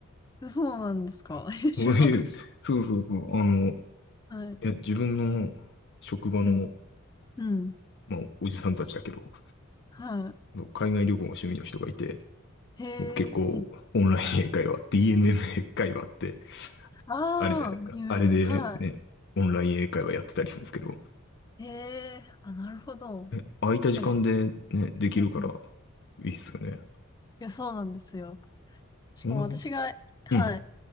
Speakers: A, on the left; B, on the left.
A: そうなんですか。
B: <laughs>
A: <laughs> え知らなかっ
B: 俺そうそうそう。あの、い
A: た。<laughs> はい。
B: や、自分の職場の、
A: うん。うん。
B: まあ、おじさんたちだけど、
A: は
B: そう海外旅行が趣味の人がいて、
A: い。へえ、
B: もう結構、
A: いいですね。
B: オンライン英会話、DMM 英会話って、
A: ああ、
B: あれじゃないですか。
A: うん。
B: あれで、
A: は
B: ね、オンライン英会話やってたりするんですけど、
A: い。へえ、あ、なるほど。
B: え、空いた時間でね、
A: 確かに。
B: できるから、
A: うんうん。い
B: いいっすよね。
A: や、そうなんですよ。しかも私が、
B: うん。
A: はい、
B: うん